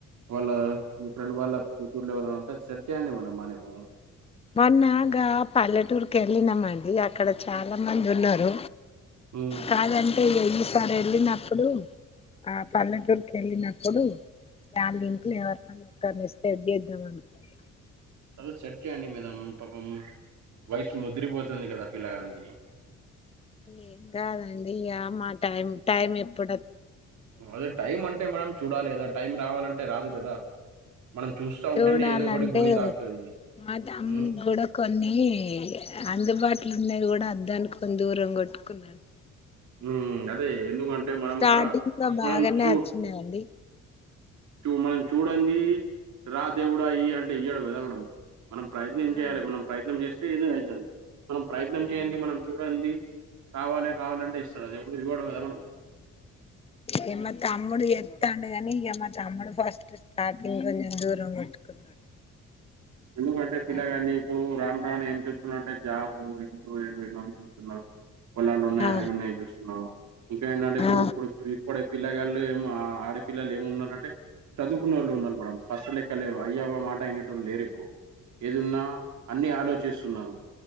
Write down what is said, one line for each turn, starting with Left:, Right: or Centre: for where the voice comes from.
Right: వాళ్ళ మీ ఫ్రెండ్ వాళ్ళ కూతుర్లు ఎవరైనా ఉంటే సెట్ చేయండి మేడం మా అన్నకు
Left: మొన్న గా పల్లెటూరికి వెళ్లినామండి అక్కడ చాలా మంది ఉన్నారు
Right: ఉమ్
Left: కాదంటే ఎన్ని సార్లు వెళ్ళినప్పుడు ఆ పల్లెటూరుకి వెళ్ళినప్పుడు వాళ్ళ ఇంట్లో ఎవరినన్న ఒక్కరిని సెట్ చేద్దాం అనుకున్నా
Right: మేడం సెట్ చేయండి మేడం పాపం వయసు ముదరిపోతంది కదా పిల్లగాన్ది
Left: ఏం కాదండి ఇగ మా టైం టైం ఎప్పుడు
Right: అదే టైం అంటే మేడం చూడాలి కదా టైం రావాలంటే రాదు కదా మనం చూస్తా
Left: చూడాలంటే
Right: ఉంటేనే ఏదో ఒకటి గోళీ తాకుతది
Left: మా తమ్మునికి
Right: ఉమ్
Left: కూడా కొన్ని అందుబాటు వున్నాయి కూడా అద్దానుకొని దూరం కొట్టుకున్నాడు
Right: మ్మ్ అదే ఎందుకంటే మనం
Left: స్టార్టింగ్
Right: కూడా
Left: లో బాగానే
Right: మనం చూ
Left: వచ్చినాయండి
Right: మనం చూడంది రా దేవుడా ఇయ్యి అంటే ఇయ్యాడు కదా మేడం మనం ప్రయత్నం
Left: అవును
Right: చేయాలి మనం ప్రయత్నం చేస్తే ఏదయినా అయితది మనం ప్రయత్నం
Left: అవును
Right: చేయన్ది మనం చూడన్ది కావాలి కావాలంటే ఇస్తాడా చెప్పు ఇవ్వడు కదా మేడం
Left: ఇగ మా తమ్ముడు చెత్తండు కాని ఇగ మా తమ్ముడు ఫస్ట్ స్టార్టింగ్ కొంచెం దూరం కొట్టుకున్నాడు
Right: ఎందుకంటే పిల్లగాని
Left: అట్లా
Right: ఇప్పుడు రాను రాను ఎం చూస్తున్నా అంటే జాబ్ ఏమేమ్ ఉన్నాయో చూస్తున్నారు పొలాలు ఉన్నాయ
Left: ఆ
Right: అని చూస్తున్నారు ఇంకా ఏంటంటే ఇప్పుడు
Left: ఆ
Right: ఇప్పటి ఆడ పిల్లగాళ్ళు ఏలా ఉన్నారంటే చదువుకున్నోళ్లు ఉన్నారు మేడం ఫస్ట్ లెక్క లేరు అయ్యఅవ్వ మాట వినేటోళ్ళు లేరు ఏదున్నా అన్ని ఆలోచిస్తున్నారు